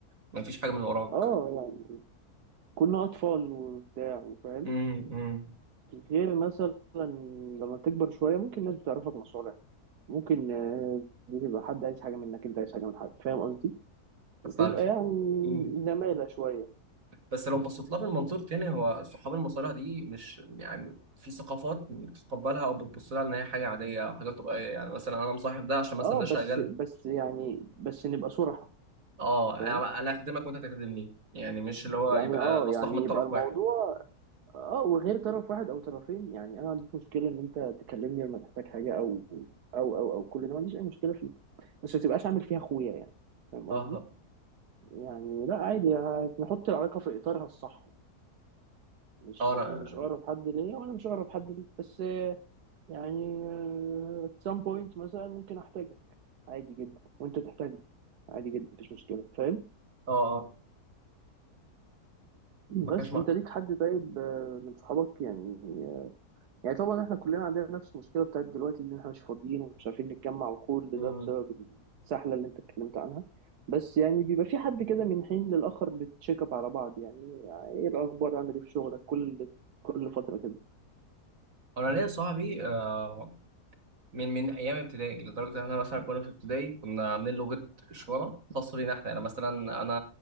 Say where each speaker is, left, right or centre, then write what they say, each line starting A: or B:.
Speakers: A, on the right; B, on the right.
A: مفيش حاجة من وراك
B: اه يعني كنا أطفال وبتاع وفاهم
A: امم امم
B: غير مثلا لما تكبر شوية ممكن الناس بتعرفك مصالح ممكن آه، بتبقى حد عايز حاجة منك أنت عايز حاجة من حد فاهم قصدي؟
A: بس
B: بتبقى
A: عارف
B: يعني
A: مم.
B: زمالة شوية
A: بس لو بصيت لها من منظور تاني هو صحاب المصالح دي مش يعني في ثقافات بتتقبلها او بتبص لها ان هي حاجه عاديه او حاجه طبيعيه يعني مثلا انا مصاحب ده عشان
B: اه
A: مثلا ده
B: بس
A: شغال
B: بس يعني بس نبقى صراحة
A: اه
B: فاهم؟
A: انا أنا اخدمك وانت تخدمني يعني مش اللي هو
B: يعني
A: يبقى
B: اه
A: مصلحه
B: يعني
A: من طرف
B: يبقى الموضوع
A: واحد
B: اه وغير طرف واحد او طرفين يعني انا ما عنديش مشكله ان انت تكلمني لما تحتاج حاجه او او او او كل ده ما عنديش اي مشكله فيه بس ما تبقاش عامل فيها اخويا يعني فاهم
A: اه
B: قصدي؟ يعني لا عادي يعني نحط العلاقة في إطارها الصح يعني. مش
A: اه انا
B: انت مش اقرب حد ليا وانا مش اقرب حد ليك بس آه، يعني آه، at some point مثلا ممكن احتاجك عادي جدا وانت تحتاجني عادي جدا مفيش مشكلة فاهم
A: اه اه
B: بس
A: ما كانش مع
B: انت ليك حد طيب آه، من صحابك يعني يعني طبعا احنا كلنا عندنا نفس المشكله بتاعت دلوقتي ان احنا مش فاضيين ومش عارفين نتجمع وكل
A: مم.
B: ده بسبب السحله اللي انت اتكلمت عنها بس يعني بيبقى في حد كده من حين للاخر بتشيك اب على بعض يعني ايه الاخبار عامل ايه في شغلك كل كل فتره كده
A: انا ليا صاحبي آه من من ايام ابتدائي لدرجه ان احنا مثلا كنا في ابتدائي كنا عاملين لغه اشاره خاصه بينا احنا يعني مثلا انا